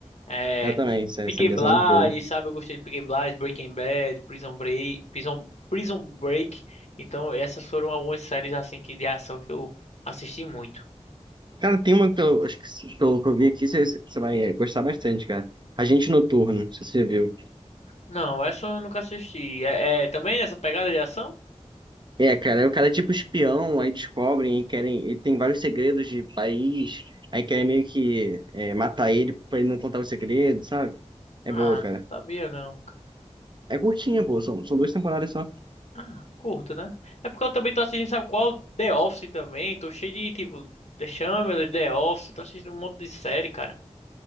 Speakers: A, on the left; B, on the right.
A: É.
B: Eu também, essa, essa
A: Peaky
B: ligação
A: Blinders,
B: é muito boa.
A: sabe? Eu gostei de Peaky Blinders, Breaking Bad, Prison Break, Prison, Prison Break. Então, essas foram algumas séries assim que de ação que eu assisti muito.
B: Cara, tem uma que eu, acho que se- pelo que eu vi aqui, você, você vai gostar bastante, cara. Agente Noturno, não sei se você viu.
A: Não, essa eu nunca assisti. É, é também nessa pegada de ação?
B: É, cara, aí o cara é tipo espião, aí descobrem, aí querem, ele tem vários segredos de país, aí querem meio que é, matar ele pra ele não contar o segredo, sabe? É
A: Ah,
B: boa, cara.
A: sabia não, cara.
B: É curtinha, pô, são, são duas temporadas só.
A: Ah, curto, né? É porque eu também tô assistindo, sabe qual? The Office também. Tô cheio de, tipo, The Chamber, The Office. Tô assistindo um monte de série, cara.